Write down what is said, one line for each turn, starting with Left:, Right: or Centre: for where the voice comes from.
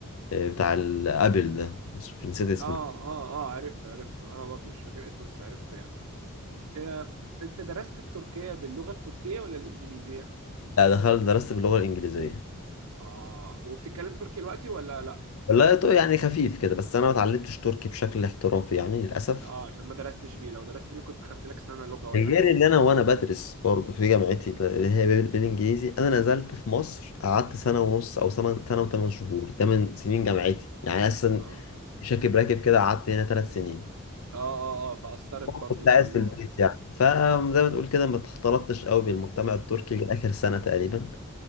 Left: آه، بتاع الابل ده مش نسيت اسمه
Right: آه آه آه عرفته عرفته أنا برضو مش فاكر اسمه بس عرفته يعني إيه، أنت درست في تركيا باللغة التركية ولا الإنجليزية؟
Left: لا دخلت درست باللغة الإنجليزية
Right: آه وبتتكلم تركي دلوقتي ولا لأ؟
Left: والله تو- يعني خفيف كده بس أنا ما اتعلمتش تركي بشكل احترافي يعني للأسف
Right: اه عشان ما درستش بيه لو درست بيه كنت خدت لك سنة لغة ولا
Left: غير
Right: حاجة
Left: اللي أنا وأنا بدرس برضه في جامعتي اللي هي بالإنجليزي أنا نزلت في مصر قعدت سنة ونص أو سنة سنة وثمان شهور ده من سنين جامعتي يعني أساسا
Right: اه
Left: شاكب راكب كده قعدت هنا ثلاث سنين
Right: اه اه, آه فأثرت برضو
Left: كنت
Right: دي
Left: قاعد
Right: في
Left: في
Right: اللغة
Left: البيت يعني فزي ما تقول كده ما اختلطتش قوي بالمجتمع التركي لآخر سنة تقريبا